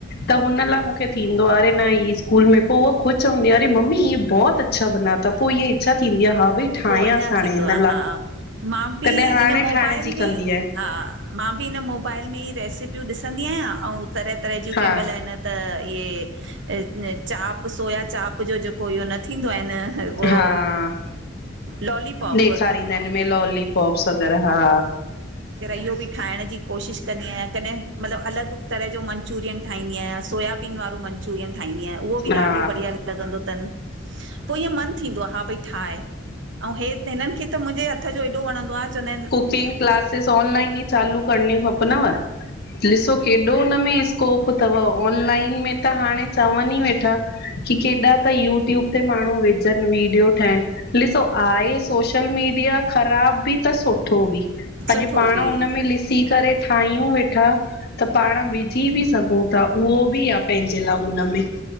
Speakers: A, on the left; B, on the right.
A: त हुन ला ईंदो आ न स्कूल में पोइ उहा ख़ुद हूंदी अे मम्मी इ बहुत अच्छा बना था पोइ इ इच्छा थींदी आ हा भई ठाहियांसि
B: पोइ अञा
A: हाणे
B: थींदो
A: हिन
B: आ हा
A: लाइ
B: मांभी
A: तॾहिं हाणे
B: इन मोबाइल
A: ठाहिण जी
B: में
A: कंदी आहियां
B: हा मां मां भी हिनन मोबाइल में ई रेसपियूं ॾिसंदी आहियां ऐं तरह तरह जूं
A: हा
B: केमल इन त इय चाप सोया चाप। इयो जो जेको इहो न थींदो आहे उहो
A: हा
B: लॉलीपॉप
A: ॾेखारींदा आहिन इ हिन में लॉलीपॉप्स वग़ैरह हा
B: इहों भी ठाहिण जी कोशिश कंदी अहियांकॾहे मतिलब अलग तरह जो मनचूरियन ठाहदीं आहियां सोयाबीन वारो मंचूरियन मनचूरियन ठाहदीं आहियां उहो ॾाढो
A: हा
B: बढ़िया लॻंदो तन पोइ ईअं मन थींदो आहे हा भई ठायॵ हे हिनन खे त मुहिंजे हथ जो एॾो वणंदो आहे चवंदा आहिन।
A: तीन क्लासस ऑनलाइन ई चालू करणी खपनव ॾिसो केॾो उनमें। कोप तव ऑनलाइन में त हाणे। चवन ई वेठा की केॾा त यूटूयूब ते माणु विझन वीडियो ठाहिन। ॾिसो आहे सोशल मीडिया। ख़राब बी त सुठो बि
B: सुठो
A: अॼ पाण
B: बि
A: उन में ॾिसी करे ठाहियूं वेठा। त पाण विझी बि सघूं ता उहो बि आ पहंजे ला हुनमें।